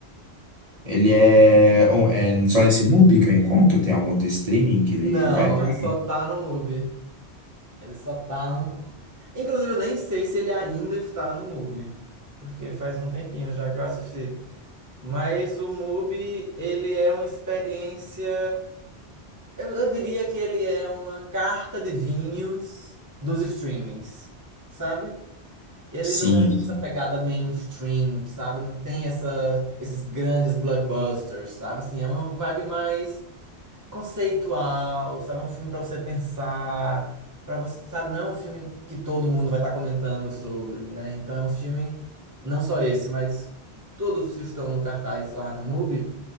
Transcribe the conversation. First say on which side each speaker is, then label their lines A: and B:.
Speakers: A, on the right; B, on the right.
A: ele é, oh, é só nesse MUBI que eu encontro? Tem algum outro streaming que ele
B: Não,
A: vai para?
B: ele só tá no MUBI. Ele só tá no. Inclusive, eu nem sei se ele ainda está no MUBI, porque faz um tempinho já que eu assisti. Mas o MUBI, ele é uma experiência. Eu, eu diria que ele é uma carta de vinhos dos streamings, sabe? Ele
A: Sim,
B: não é
A: sim.
B: essa pegada mainstream, sabe? Não tem essa, esses grandes blockbusters, sabe? Assim, é uma vibe mais conceitual, sabe? É um filme pra você pensar, para você, sabe? Não é um filme que todo mundo vai estar comentando sobre, né? Então é um filme, não só esse, mas todos os que estão no cartaz lá no MUBI,